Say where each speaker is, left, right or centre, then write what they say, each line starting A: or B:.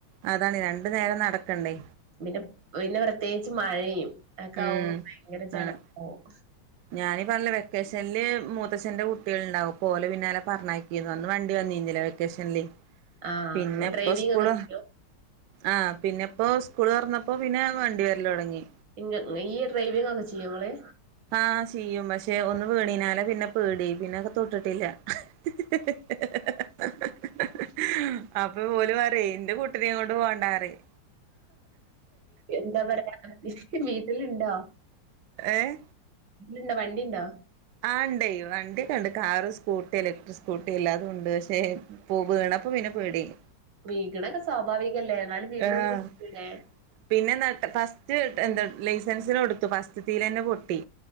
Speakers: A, on the right; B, on the right.
A: അതാണ് രണ്ടു നേരം നടക്കണ്ടേ
B: പിന്നെ പിന്നെ പ്രത്യേകിച്ച് മഴയും ഒക്കെ
A: ഉം
B: ആകുമ്പോ ഭയങ്കര ചടപ്പാവും
A: ആണ് ഞാനീ പറഞ്ഞ് വെക്കേഷനില് മൂത്തച്ഛന്റെ കുട്ടികൾ ഉണ്ടാവും അപ്പം ഓലെ പിന്നാലെ പറഞ്ഞയ ക്കുംന്ന് അന്ന് വണ്ടി വന്നിന്നില വെക്കേഷനില്
B: ആഹ്
A: പിന്നെ
B: ഇങ്ങ ഡ്രൈവിംഗ്
A: ഇപ്പൊ സ്കൂൾ
B: ഒക്കെ ചെയ്യോ
A: ആഹ് പിന്നെ ഇപ്പോ സ്കൂള് തുറന്നപ്പോ പിന്നെ വണ്ടി വരല് തൊടങ്ങി
B: ഇങ്ങ ഈ ഡ്രൈവിംഗ് ഒക്കെ ചെയ്യോ ഇങ്ങള്
A: ആഹ് ചെയ്യും പക്ഷെ ഒന്ന് വീണിനാല് പിന്നെ പേടി പിന്നെ അത് തൊട്ടിട്ടില്ല <unintelligible> അപ്പ ഓലു പറയേ ന്റെ കുട്ടിനെ കൊണ്ട് പോകണ്ടാ പറയും
B: എന്താ പറയാ <unintelligible> വീട്ടില് ഇണ്ടോ
A: ഏഹ്
B: ഇണ്ടോ വണ്ടിയിണ്ടോ
A: ആഹ് ഇണ്ട് വണ്ടിക്കെ ണ്ട് കാറ് സ്കൂട്ടി ഇലക്ട്രിക് സ്‌കൂട്ടി എല്ലാതുംണ്ട് ക്ഷേ <unintelligible> വീണും അപ്പ പിന്നെ പേടിയായ്
B: വീഗണൊക്കെ സ്വാഭാവികല്ലേ എന്നാലും വീണ്ടൊന്ന്
A: ആഹ്
B: പഠിക്കൂലേ
A: പിന്നെ എന്ത്ട്ടാ ഫസ്റ്റ് എന്താ ലൈസൻസിന് കൊടുത്തു ഫസ്റ്റത്തിലെനന്നെ പൊട്ടി